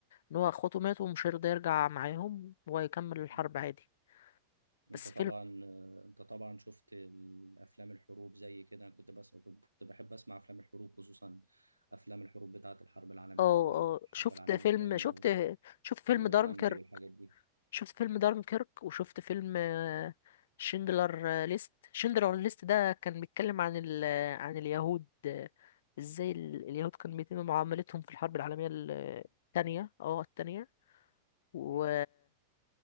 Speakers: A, on the left; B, on the right.
A: إن هو اخواته ماتوا ومش هيرضى يرجع معاهم ويكمل الحرب
B: مم.
A: عادي
B: انت
A: بس
B: طبعا
A: فيلم
B: انت طبعا شفت الافلام الحروب زي كده انا كنت بس كنت بحب اسمع افلام الحروب خصوصا افلام الحروب بتاعه الحرب العالميه
A: اه
B: الاولى والحرب
A: اه شفت
B: العالميه
A: فيلم
B: الثانيه
A: شفت شفت فيلم
B: ونورماندي
A: دارنكر
B: والحاجات دي
A: شفت فيلم دارنكيرك وشفت فيلم آه، شندلر آه، ليست شندلر ليست ده كان بيتكلم عن ال... آه، عن اليهود آه، ازاي ال- اليهود كان بيتم معاملتهم في الحرب العالمية الثانية اه الثانية و...
B: مم.